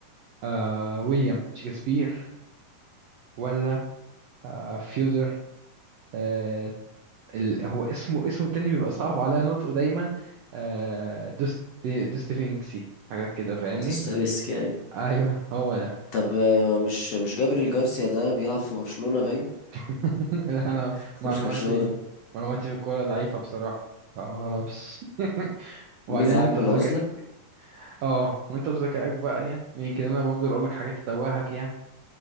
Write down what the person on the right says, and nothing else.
أه ويليام شكسبير ولا أه فيودر أه ال هو اسمه اسمه التاني بيبقى صعب عليا نطقه دايما أه دوست دوستيفينكسي حاجة كده فاهمني
ايوه هو ده
<laughs> لا انا
معلوماتي
معلوماتي في الكورة ضعيفة بصراحة ما اعرفش <laughs> وبعدين
انت
ذكاء
اه وانت بذكائك بقى يعني يمكن انا بفضل اقولك حاجات تتوهك يعني